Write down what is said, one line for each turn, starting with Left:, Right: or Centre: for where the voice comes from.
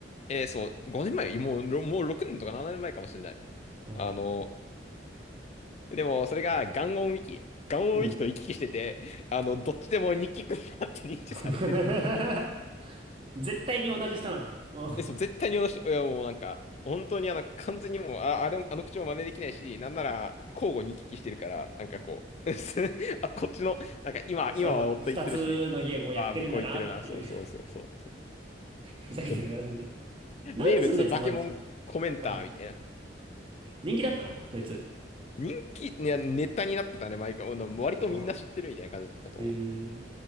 Left: えーそう、5年前、もう、ろもう6年とか7年前かもしれない。
Right: うん。
Left: あの、でも、それが、ガンオンウィキ。ガンオンウィキと行き来してて、
Right: うん。
Left: あの、どっちでも日記くんだって認知されてるって
Right: <laughs> 絶対に同じ人なんだ。も
Left: え、そう、絶対にあの人、いやもうなんか、本当にあの、完全にもう、あ、あれ、あの口も真似できないし、なんなら、交互に行き来してるから、なんかこう、<laughs> あ、こっちの、なんか今、
Right: う、そう、
Left: 今は夫行ってるし、
Right: 二つのゲームをやってるんだなっていう
Left: 今は向こう行ってるな、そうそうそうそうそう。
Right: <laughs> ふざけてるな、
Left: で
Right: そんなやつ。なんでそんなやつ生まれてしまう
Left: 名物、バケモンコメンターみたいな。
Right: の <laughs> 人気だったのそいつ。
Left: 人気、いや、ネタになってたね、毎回。もう割とみんな知ってるみたいな感じだったと思う。
Right: はい。へえ。